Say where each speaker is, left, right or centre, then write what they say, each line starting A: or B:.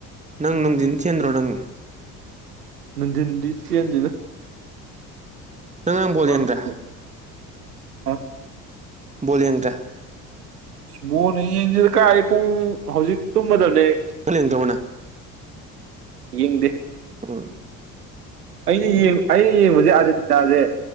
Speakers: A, on the right; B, on the right.
A: ꯅꯪ ꯅꯨꯡꯊꯤꯟ ꯆꯦꯟꯗ꯭ꯔꯣ ꯅꯪ
B: ꯅꯨꯡꯗꯤꯟꯗꯤ ꯆꯦꯟꯗꯦꯗ
A: ꯅꯪ ꯉꯔꯥꯡ ꯕꯣꯜ
B: ꯋꯥꯁ
A: ꯌꯦꯡꯗ꯭ꯔꯦ
B: ꯍꯥ
A: ꯕꯣꯜ ꯌꯦꯡꯗ꯭ꯔꯦ
B: ꯕꯣꯜꯀꯥ ꯌꯦꯡꯗꯦꯗꯥ ꯀꯥꯏꯗꯩ ꯄꯨꯡ ꯍꯧꯖꯤꯛ ꯇꯨꯝꯃꯗꯕꯅꯦ ꯑꯩ
A: ꯅꯪ ꯌꯦꯡꯗ꯭ꯔꯕꯣ ꯅꯪ
B: ꯌꯦꯡꯗꯦ
A: ꯍꯣꯢ
B: ꯑꯩꯅ ꯌꯦꯡ ꯌꯦꯡꯕꯁꯦ ꯑꯥꯔꯖꯦꯟꯇꯤꯅꯥꯁꯦ